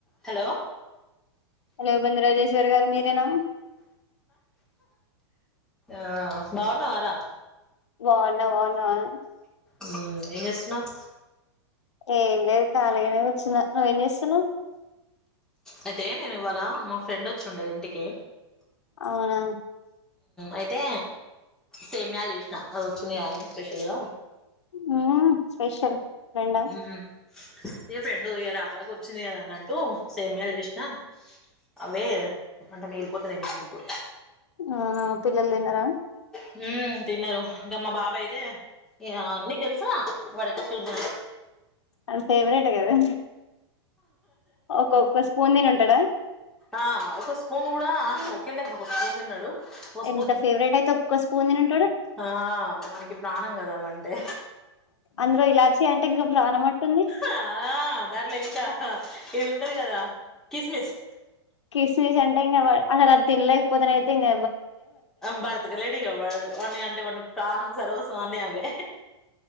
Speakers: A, in the centre; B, on the left.
A: హలో
B: హలో బందరాజేశ్వరి గారు మీరేనా
A: ఆ బాగున్నవా రా
B: బాన్నా బాన్నావా
A: ఉ ఏం చేస్తున్నావ్
B: ఏం లేదు కాలీగానే కూర్చున్నా నువ్వేం చేస్తున్నావు
A: అయితే నేను ఇవాళ మా ఫ్రెండ్ వచ్చిండే ఇంటికి
B: అవునా
A: అయితే సేమ్యాలు చేసినా అది వచ్చింది అని స్పెషల్ గా
B: ఉమ్ స్పెషల్ రెండా
A: ఉ ఏ ఫ్రెండు రాక రాక వచ్చింది కదా అన్నట్టు సేమ్యాలు చేసిన అమే అంటే మిగిలిపోతది ఇంటి నుప్పు
B: ఆ పిల్లలు తిన్నారా
A: హు తిన్నారు ఇంకా మా బాబా అయితే నీకు తెలుసా వాడక్క స్వీడ్
B: అవి ఫేవరెట్ కదా ఒక్కొక్క స్పూన్ తిని ఉంటాడా
A: ఆ ఒక పోను కూడా <unintelligible> తిన్నాడు ఒక
B: ఎంత ఫేవరెట్ అయితే ఒక్కో స్పూన్ తినింటాడు
A: ఆ వానికి ప్రాణం కదా అవంటే
B: అందులో ఇలాచి అంటే ఇంకా ప్రాణం అట్టుంది
A: ఆ దాంట్లో ఇంకా ఇది ఉంటది కదా కిస్మిస్
B: క్రిస్మిస్ అంటే ఇంగ అసలది తినలేకపోతేన అయితే ఇంగ
A: బతకలేడగా వాడు వాని అంటే వాడిని ప్రాణం సర్వసం అన్న అవే